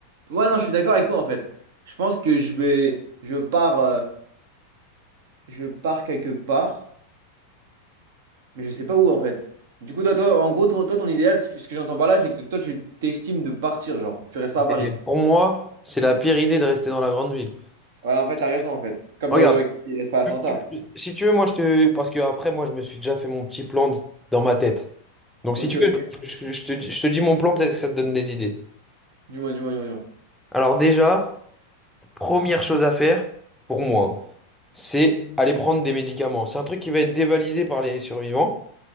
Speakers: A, on the right; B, in the centre.
A: Ouais, non, je suis d'accord avec toi en fait. Je pense que je vais... Je pars... euh, Je pars quelque part, mais je sais pas où en fait. Du coup, toi, toi en gros, ton, toi, ton idéal, ce que, ce que j'entends par là, c'est que toi, tu t'estimes de partir, genre. Tu restes pas à Paris.
B: Et pour moi, c'est la pire idée de rester dans la grande ville.
A: Ouais, en fait,
B: Parce
A: t'as raison
B: que,
A: en fait. Comme
B: regarde,
A: dans... The Walking Dead, Il reste pas à Atlanta.
B: tu- si tu veux, moi je te. Parce que après, moi, je me suis déjà fait mon petit plan d- dans ma tête. Donc
A: Ok,
B: si tu
A: ok.
B: veux, je, je- je te, dis- je te dis mon plan, peut-être que ça te donne des idées.
A: Dis-moi, dis-moi, dis-moi. dis-moi.
B: Alors déjà. Première chose à faire, pour moi, c'est aller prendre des médicaments. C'est un truc qui va être dévalisé par les survivants